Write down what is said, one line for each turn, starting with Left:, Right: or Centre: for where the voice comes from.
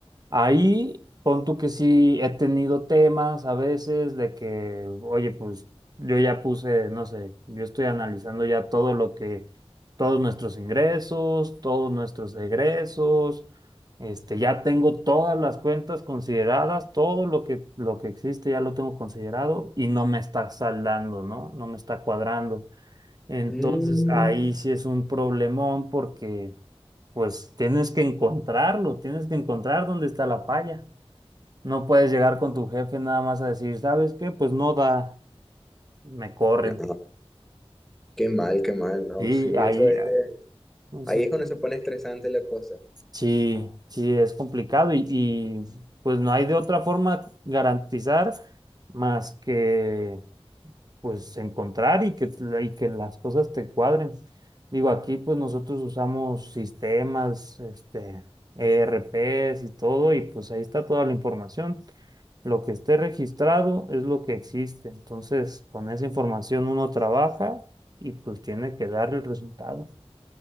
Right: Ahí pon tú que sí he tenido temas a veces de que, oye, pues yo ya puse, no sé, yo estoy analizando ya todo lo que, todos nuestros ingresos, todos nuestros egresos, este, ya tengo todas las cuentas consideradas, todo lo que, lo que existe ya lo tengo considerado y no me está saldando, ¿no? No me está cuadrando. Entonces
Centre: Mm.
Right: ahí sí es un problemón porque pues tienes que encontrarlo, tienes que encontrar dónde está la falla. No puedes llegar con tu jefe nada más a decir, ¿sabes qué? Pues no da, me corren.
Centre: No, qué mal, qué mal, no.
Right: Sí,
Centre: Sí,
Right: ahí,
Centre: eso es.
Right: ah,
Centre: de-
Right: eso-
Centre: Ahí es cuando se pone estresante la cosa.
Right: sí, sí, es complicado y, y, pues no hay de otra forma garantizar más que pues encontrar y que, y que las cosas te cuadren. Digo, aquí pues nosotros usamos sistemas, este, ERPs y todo, y pues ahí está toda la información. Lo que esté registrado es lo que existe. Entonces, con esa información uno trabaja y pues tiene que dar el resultado.